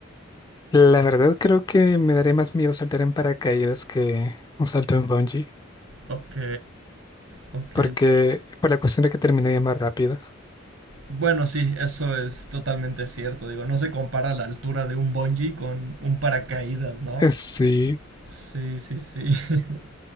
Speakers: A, on the left; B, on the right.
A: La verdad creo que me daría más miedo saltar en paracaídas que un salto en bungee,
B: Ok, ok.
A: porque por la cuestión de que terminaría más rápido.
B: Bueno, sí, eso es totalmente cierto. Digo, no se compara la altura de un bungee con un paracaídas, ¿no?
A: Eh, Sí,
B: Sí, sí, sí. <laughs>